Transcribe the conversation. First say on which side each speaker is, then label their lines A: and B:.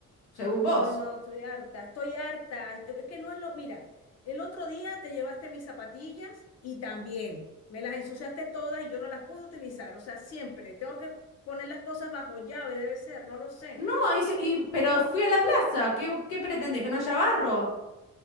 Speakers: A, on the left; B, on the left.
A: Según
B: No,
A: vos.
B: no, estoy harta, estoy harta. Es que no es lo. Mira, el otro día te llevaste mis zapatillas y también me las ensuciaste todas y yo no las pude utilizar. O sea, siempre tengo que poner las cosas bajo llave, debe ser, no lo sé.
A: No, hice, y, pero fui a la plaza. ¿Qué, qué pretendés? ¿Que no haya barro?